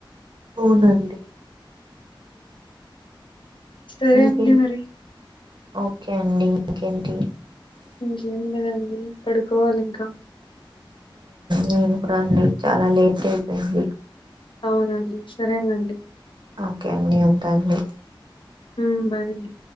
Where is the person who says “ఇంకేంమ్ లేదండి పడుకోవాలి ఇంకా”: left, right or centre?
Left